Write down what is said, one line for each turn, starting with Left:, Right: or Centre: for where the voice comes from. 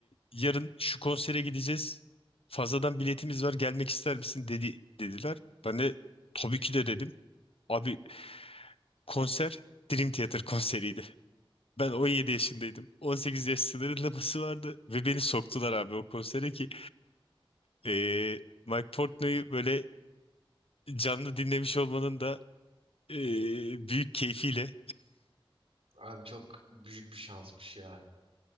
Left: yarın şu konsere gideceğiz. Fazladan biletimiz var. Gelmek ister misin dedi dediler. Ben de tabii ki de dedim. Abi konser Dream Theater konseriydi. Ben 17 yaşındaydım. 18 yaş sınırlaması vardı ve beni soktular abi o konsere ki eee Mike Portnoy'u böyle canlı dinlemiş olmanın da eee, büyük keyfiyle
Right: Abi çok büyük bir şansmış ya.